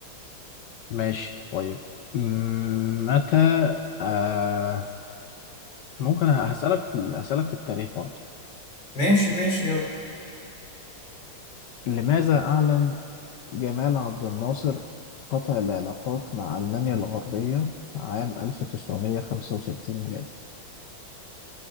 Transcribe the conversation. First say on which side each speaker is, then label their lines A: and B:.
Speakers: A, on the left; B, on the left.
A: ماشي طيب مم، متى آه ممكن هسألك في ال- هسألك في التاريخ برضه
B: ماشي ماشي يلا
A: لماذا أعلن جمال عبد الناصر قطع العلاقات مع ألمانيا الغربية عام 1965 ميلادي